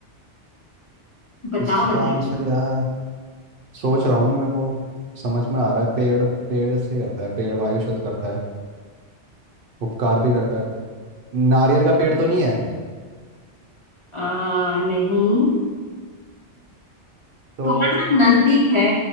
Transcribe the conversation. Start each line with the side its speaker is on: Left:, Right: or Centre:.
Left: बताओ
Right: इसका
Left: बताओ
Right: आंसर यार सोच रहा हूँ मेरे को समझ में आ रहा है पेड़ पेड़ से करता है पेड़ वायु शुद्ध करता है उपकार भी करता है नारियल का पेड़ तो नहीं है
Left: आ, नहीं
Right: तो
Left: थोड़ा सा नजदीक है